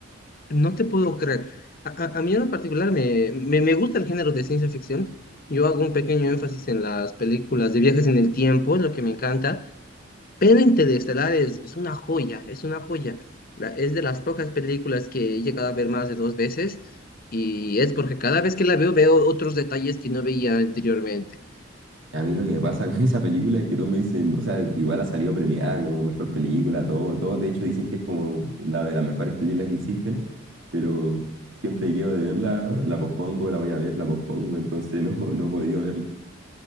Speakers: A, on the left (about 50°); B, on the right (about 85°).
A: No te puedo creer. A, a- a mí en particular me, me, me gusta el género de ciencia ficción. Yo hago un pequeño énfasis en las películas de viajes en el tiempo, es lo que me encanta. Pero Interestelar es, es una joya, es una joya. La- es de las pocas películas que he llegado a ver más de dos veces. Y es porque cada vez que la veo, veo otros detalles que no veía anteriormente.
B: A mí lo que me pasa <laughs> con esa película es que todos me dicen, o sea, igual ha salido premiada como mejor película, todo, todo. De hecho, dicen que es como una de las mejores películas que existen, pero siempre que quedo de verla, la pospongo, la voy a ver, la pospongo, entonces <laughs> no, no he podido verla.